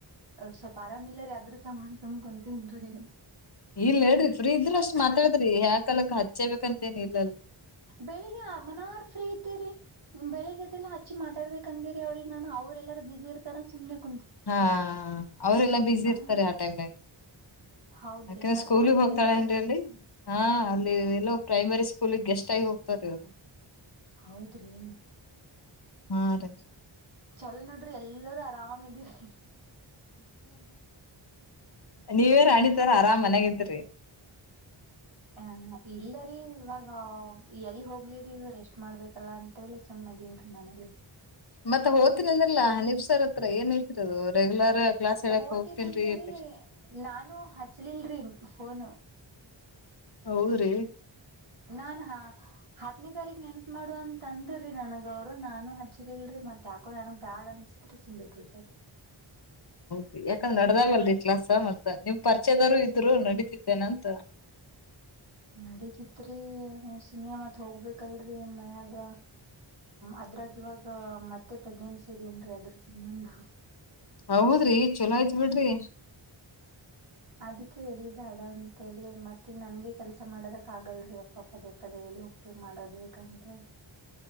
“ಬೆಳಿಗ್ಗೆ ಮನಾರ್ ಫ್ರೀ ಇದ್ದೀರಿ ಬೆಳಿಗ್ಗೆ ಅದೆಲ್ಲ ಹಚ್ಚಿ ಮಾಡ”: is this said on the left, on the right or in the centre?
Right